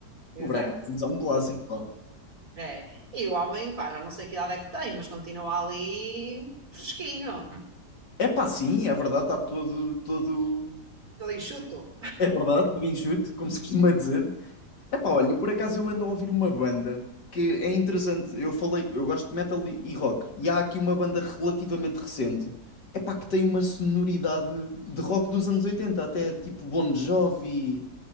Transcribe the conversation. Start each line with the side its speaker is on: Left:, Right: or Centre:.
Right: exato.
Left: O Brian Adams é um clássico, pá.
Right: É. E o homem, pá, já não sei que idade é que tem, mas continua ali fresquinho.
Left: É pá, sim, é verdade, está todo, todo.
Right: Tudo enxuto?
Left: É verdade, todo enxuto, como se costuma dizer. Epá, olha, por acaso eu ando a ouvir uma banda que é interessante. Eu falei, que eu gosto de metal e e rock, e há aqui uma banda relativamente recente, epá, que tem uma sonoridade de rock dos anos 80, até tipo Bon Jovi,